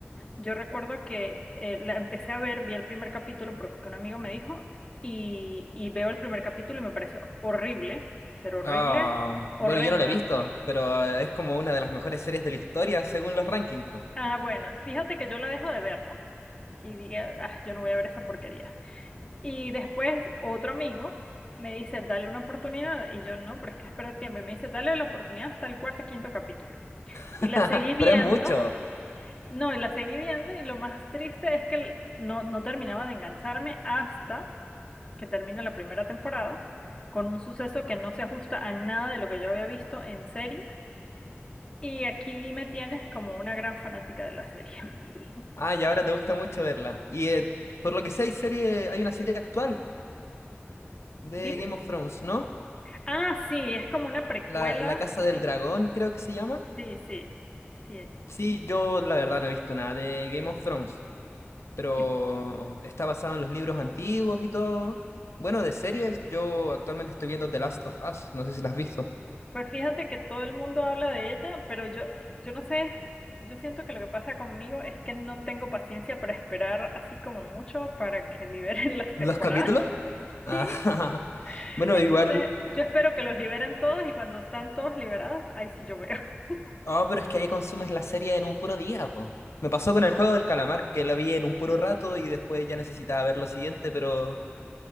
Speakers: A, on the left; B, on the left.
A: Yo recuerdo que eh, la empecé a ver, vi el primer capítulo porque un amigo me dijo y, y veo el primer capítulo y me pareció horrible, pero horrible,
B: Ah,
A: horrenda.
B: bueno, yo no la he visto, pero es como una de las mejores series de la historia según los rankings.
A: Ah, bueno, fíjate que yo la dejo de ver, ¿no? Y dije, ah, yo no voy a ver esa porquería. Y después otro amigo me dice, dale una oportunidad. Y yo, no, pero es que espera tiempo. Y me dice, dale la oportunidad hasta el cuarto, o quinto capítulo.
B: <laughs>
A: Y la seguí viendo.
B: Pero es mucho.
A: No, y la seguí viendo y lo más triste es que no, no terminaba de engancharme hasta que termina la primera temporada con un suceso que no se ajusta a nada de lo que yo había visto en serie. Y aquí me tienes como una gran fanática de la serie. <laughs>
B: Ah, y ahora te gusta mucho verla. Y eh, por lo que sé, hay serie, hay una serie actual de
A: Dime.
B: Game of Thrones, ¿no?
A: Ah, sí, es como una precuela.
B: La, La Casa del
A: Sí,
B: Dragón, creo que se llama.
A: sí, sí, sí.
B: Sí, yo la verdad no he visto nada de Game of Thrones, pero
A: Y
B: está basado en los libros antiguos y todo. Bueno, de series, yo actualmente estoy viendo The Last of Us, no sé si la has visto.
A: pues fíjate que todo el mundo habla de ella, pero yo, yo no sé, yo siento que lo que pasa conmigo es que no tengo paciencia para esperar así como mucho para que liberen las
B: ¿Los
A: temporadas.
B: capítulos?
A: <laughs>
B: Ah,
A: Sí,
B: <laughs> bueno,
A: Entonces,
B: igual.
A: yo espero que los liberen todos y cuando están todos liberados, ahí sí yo veo. <laughs>
B: Oh, pero es que ahí consumes la serie en un puro día, po. Me pasó con el juego del calamar, que la vi en un puro rato y después ya necesitaba ver lo siguiente, pero